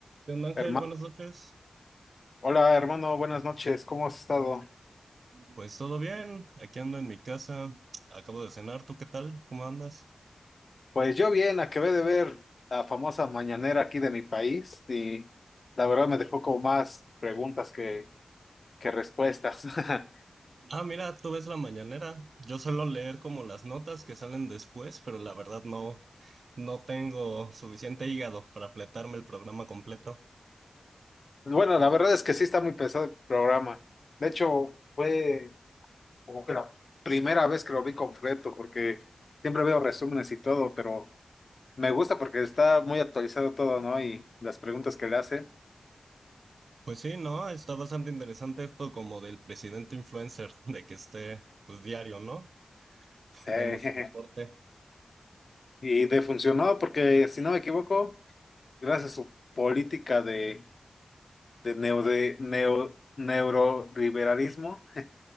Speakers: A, on the right; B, on the left.
A: ¿Qué onda, Ángel?
B: Herma-
A: Buenas noches.
B: Hola hermano, buenas noches, ¿cómo has estado?
A: Pues todo bien, aquí ando en mi casa, acabo de cenar, ¿tú qué tal? ¿Cómo andas?
B: Pues yo bien, acabé de ver la famosa mañanera aquí de mi país y la verdad me dejó como más preguntas que, que respuestas. <laughs>
A: Ah, mira, tú ves la mañanera. Yo suelo leer como las notas que salen después, pero la verdad no, no tengo suficiente hígado para fletarme el programa completo.
B: Bueno, la verdad es que sí está muy pesado el programa. De hecho, fue como que la primera vez que lo vi completo porque siempre veo resúmenes y todo, pero me gusta porque está muy actualizado todo, ¿no? Y las preguntas que le hace.
A: Pues sí, no, está bastante interesante esto como del presidente influencer, de que esté pues diario, ¿no? <laughs>
B: Sí.
A: Dando
B: <laughs>
A: su reporte.
B: Y de funcionó porque si no me equivoco. gracias a su política de, de, neo, de neo, neoliberalismo,